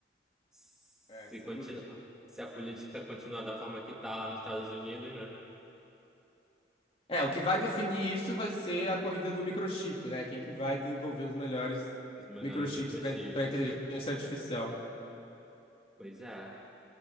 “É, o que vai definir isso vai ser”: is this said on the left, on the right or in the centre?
Left